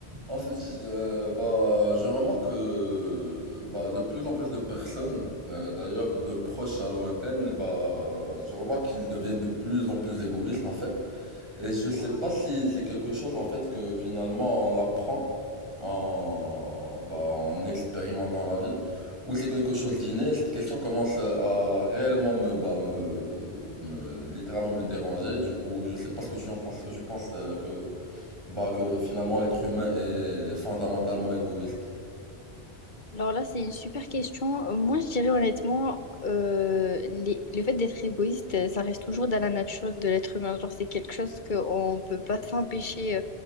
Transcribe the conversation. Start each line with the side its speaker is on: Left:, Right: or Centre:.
Right: En fait, j- euh, bah, je remarque que bah, de plus en plus de personnes, euh, d'ailleurs de proches à lointaines, bah, je remarque qu'ils deviennent de plus en plus égoïstes en fait. Et je sais
Left: Ouais.
Right: pas si c'est quelque chose en fait que finalement on apprend en, bah, en expérimentant la vie, ou c'est quelque chose d'inné. Cette question commence à réellement me, bah, me, me- littéralement me déranger. Du coup, je sais pas ce que tu en penses. Est-ce que tu penses euh, que bah que finalement l'être humain est fondamentalement égoïste.
Left: Alors là, c'est une super question. Euh, Moi, je dirais honnêtement, euh, les- le fait d'être égoïste, euh, ça reste toujours dans la nature de l'être humain. Genre, c'est quelque chose qu'on ne peut pas s'empêcher euh,